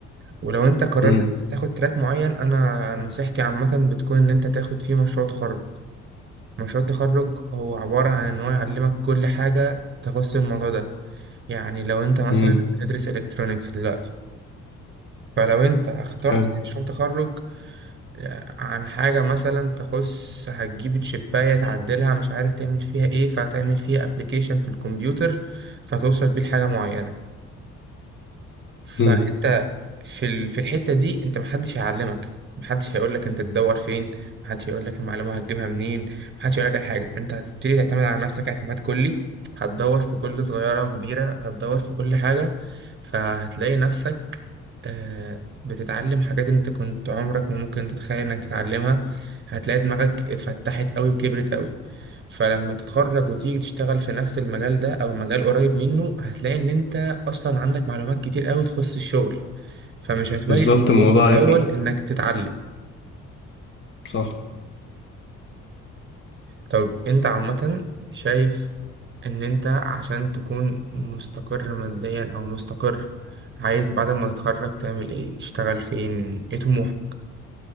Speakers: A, on the right; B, on the left.
A: ولو انت قررت
B: امم
A: تاخد تراك معين انا نصيحتي عامة بتكون ان انت تاخد فيه مشروع تخرج مشروع التخرج هو عبارة عن ان هو يعلمك كل حاجة تخص الموضوع ده يعني لو انت مثلا
B: امم
A: بتدرس الكترونيكس دلوقتي فلو انت اخترت
B: حلو
A: مشروع تخرج آه، عن حاجة مثلا تخص هتجيب تشيباية تعدلها مش عارف تعمل فيها ايه فهتعمل فيها ابلكيشن في الكمبيوتر فتوصل بيه لحاجة معينة فانت
B: امم
A: في ال- في الحتة دي انت محدش هيعلمك محدش هيقولك انت تدور فين محدش هيقولك المعلومة هتجيبها منين محدش هيقولك اي حاجة انت هتبتدي تعتمد على نفسك اعتماد كلي هتدور في كل صغيرة وكبيرة هتدور في كل حاجة فهتلاقي نفسك آه، بتتعلم حاجات انت كنت عمرك ما ممكن تتخيل انك تتعلمها هتلاقي دماغك اتفتحت قوي وكبرت قوي فلما تتخرج وتيجي تشتغل في نفس المجال ده او مجال قريب منه هتلاقي ان انت اصلا عندك معلومات كتير قوي تخص الشغل فمش هتواجه
B: بالظبط الموضوع
A: صعوبة في الأول
B: هيفرق
A: إنك تتعلم
B: صح
A: طب أنت عامة شايف إن أنت عشان تكون مستقر ماديا أو مستقر عايز بعد ما تتخرج تعمل إيه تشتغل فين إيه طموحك